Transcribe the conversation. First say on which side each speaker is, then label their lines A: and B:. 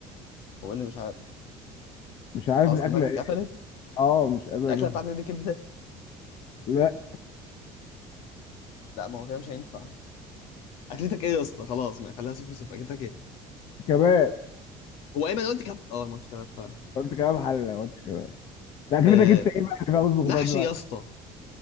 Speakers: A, on the left (about 65°); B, on the left (about 45°).
A: هو إيه اللي مش عارف
B: مش عارف
A: خلاص
B: الاكله
A: دماغك
B: ايه
A: قفلت
B: اه مش قادر
A: الاكله
B: اجيبها
A: بتاعتك دي كبده
B: لا
A: لا ما هو كده مش هينفع اكلتك ايه يا اسطى خلاص ما خليها صفر صفر اكلتك ايه
B: كباب
A: هو ايمن قلت كام اه الماتش كده فاهم
B: قلت كباب حل ما قلتش كباب ده اكلتك
A: آه
B: انت ايه بقى اللي فيها رز وخضار
A: محشي
B: دي بقى
A: يا اسطى